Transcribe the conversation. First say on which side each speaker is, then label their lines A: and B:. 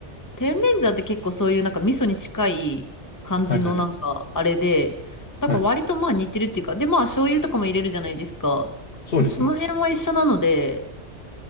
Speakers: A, on the left (about 15°); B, on the left (about 50°).
A: 甜麺醤って結構そういうなんか味噌に近い感じのなんかあれで、
B: はいはいはい。
A: なんか割とまあ似てるっていうか、
B: はい。
A: でまあ醤油とかも入れるじゃないですか。
B: そうですね。
A: で、その辺は一緒なので、